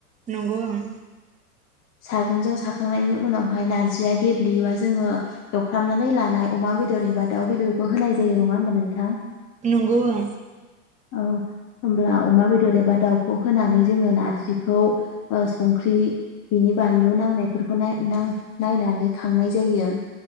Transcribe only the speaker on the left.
सागंजों साखांनायनि उनावहाय नारजिया गेब्लेयोबा जोङो एव फ्रामनानै लानाय अमा बेदर एबा दाउ बेदरखौ होनाय जायो नङा होमबा नोंथां?
औ होमब्ला अमा बेदर एबा दाउखौ होनानै जोङो नारजिखौ ओ संख्रि बिनि बानलु नांनायफोरखौ नाय नां नायनानै खांनाय जायो।